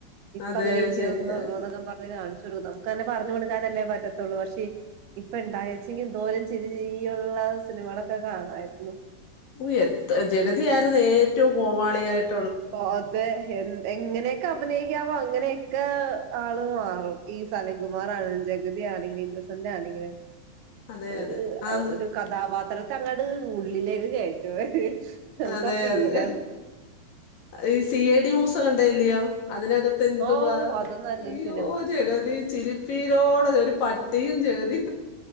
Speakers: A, on the right; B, on the left.
A: ഇപ്പ
B: അതെ
A: അങ്ങനെ ഇരിക്കുന്നള്ളൂ
B: ശരിയാ
A: എന്നൊക്കെ പറഞ്ഞ് കാണിച്ചു നമുക്ക്ന്നെ പറഞ്ഞു കൊടുക്കാനല്ലേ പറ്റത്തുള്ളൂ പക്ഷെ ഇപ്പ ഇണ്ടാച്ചെങ്കോ ചിരി ചിരിയുള്ള സിനിമകളൊക്കെ കാണായിരുന്നു
B: ഓ എത്ര
A: ഓ
B: ജഗതിയായിരുന് ഏറ്റവും കോമാളിയായിട്ട്
A: അ അതെ എ എങ്ങനെയൊക്കെ അഭിനയിക്കാവോ അങ്ങനെയൊക്കെ ആള് മാറും ഈ സലിംക കുമാർ ആണെങ്കിലും ജഗതി ആണെങ്കിലും ഇന്നസെന്റ് ആണെങ്കിലും
B: അതെ
A: ഒരു
B: അതെ ആന്ന്
A: ഒരു കഥാപാത്രത്തെ അങ്ങട് ഉള്ളിലേക്ക് കയറ്റു നമുക്ക്
B: അതെ
A: ഫീലാണ്
B: അതെ ഈ സി എ ഡി മൂസൊക്ക കണ്ടില്ലയോ അതിനകത്ത് എന്തുവാ
A: ഓ അത് നല്ലൊരു
B: അയ്യോ
A: സിനിമ
B: ജഗതി ചിരുപ്പീരോടെ ഒരു പട്ടിയും ജഗതി